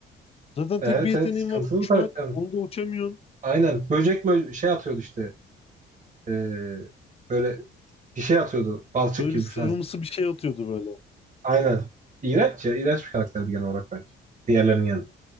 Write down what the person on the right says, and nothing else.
Evet
evet sıkıntılı
bir karakter.
Aynen. Böcek böyle şey atıyordu işte. Ee, böyle bir şey atıyordu. Balçık
gibi
falan.
Aynen. İğrenç ya. İğrenç bir karakterdi genel olarak bence. Diğerlerinin yanında.